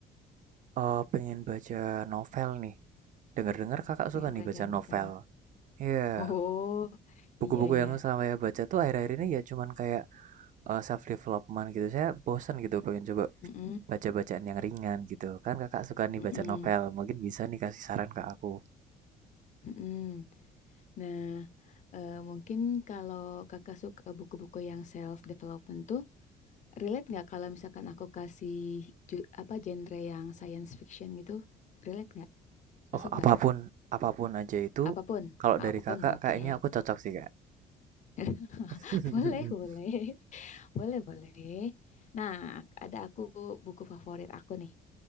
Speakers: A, on the right; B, on the left.
A: eh, pengen baca novel nih. Dengar-dengar Kakak
B: pengen
A: suka nih
B: belajar
A: baca novel.
B: novel.
A: Iya,
B: Oh,
A: buku-buku
B: iya iya.
A: yang selama saya baca tuh akhir-akhir ini ya cuman kayak uh, self development gitu. Saya bosan gitu pengen coba
B: Mm-mm,
A: baca bacaan yang ringan gitu. Kan Kakak suka nih
B: mm-mm,
A: baca novel, mungkin bisa nih kasih saran ke aku.
B: mm-mm. Nah, eh, mungkin kalau Kakak suka buku-buku yang self development tuh, relate nggak kalau misalkan aku kasih ju- apa genre yang science fiction gitu? Relate nggak? Masuk
A: Oh, apapun
B: nggak?
A: apapun aja itu
B: Apapun,
A: kalau dari
B: apapun.
A: Kakak
B: Oke.
A: kayaknya aku cocok sih, Kak.
B: <laughs>
A: <laughs>
B: Boleh, boleh. Boleh, boleh. Nah, ada aku buku favorit aku nih.